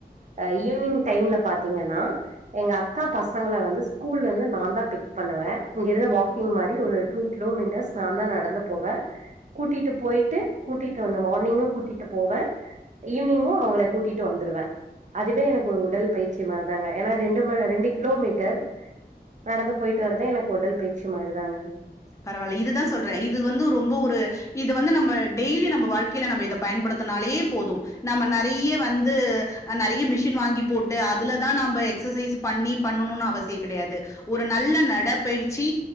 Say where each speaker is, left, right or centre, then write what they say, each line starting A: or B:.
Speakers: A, on the right; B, on the left.
A: அ ஈவினிங் டைம்ல பாத்தீங்கன்னா எங்க அக்கா பசங்கள வந்து ஸ்கூல்ல இருந்து நா தா பிக் பண்ணுவே இங்க இருந்து வாக்கிங் மாரி ஒரு டூ கிலோ மீட்டர்ஸ் நா தா நடந்து போவே கூட்டிட்டு போயிட்டு கூட்டிட்டு வந்த மார்னிங்கு கூட்டிட்டு போவே ஈவினிங்கு அவங்கள கூட்டிட்டு வந்துருவே அதுவே எனக்கு ஒரு உடல் பயிற்சி மாரிதாங்க ஏனா ரெண்டு ம ரெண்டு கிலோ மீட்டர் நடந்து போயிட்டு வரதே எனக்கு உடல் பயிர்ச்சி மாரிதாங்க
B: பரவால்ல இதுதா சொல்றே இது வந்து ரொம்போ ஒரு இது வந்து நம்ம டெய்லி நம்ப வாழ்க்கைல நம்ம இத பயன்படுத்துனாலே போதும் நம்ம நறைய வந்து நறைய மிஷின் வாங்கி போட்டு அதுலதா நாம்ப எக்ஸசைஸ்சு பண்ணி பண்ணுனுனு அவசிய கிடையாது ஒரு நல்ல நட பயிற்சி